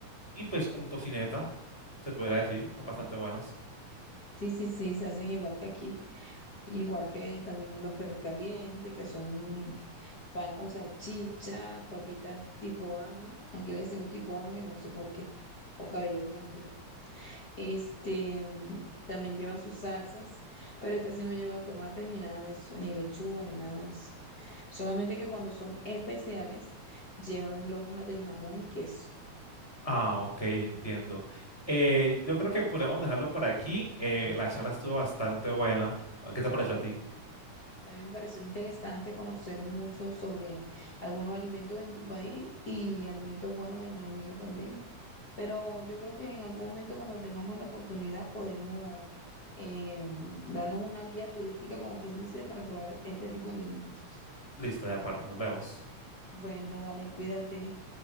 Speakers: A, on the left (about 20°); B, on the left (about 35°).
A: y pues con tocineta, se podría decir, son bastante buenas.
B: Sí, sí, sí, se hacen igual que aquí. Igual que también los perros calientes, que son pan con salchicha, papitas tipo ángel. Aquí le decimos tipo ángel, no sé por qué. O cabello de ángel. Este, mm, también llevan sus salsas, pero esta sí no lleva tomates ni nada de eso, ni lechuga, ni nada de eso. Solamente que cuando son especiales, llevan lonjas de jamón y queso.
A: Ah, ok, entiendo. Eh, yo creo que podemos dejarlo por aquí. Eh, la charla estuvo bastante buena. ¿Qué te pareció a ti?
B: A mí me pareció interesante conocer mucho sobre algunos alimentos en tu país y alimentos buenos en los míos también. Pero yo creo que en algún momento cuando tengamos la oportunidad podemos em, darnos una guía turística, como quien dice, para probar este tipo de alimentos.
A: Listo, de acuerdo, nos vemos.
B: Bueno, dale, cuídate.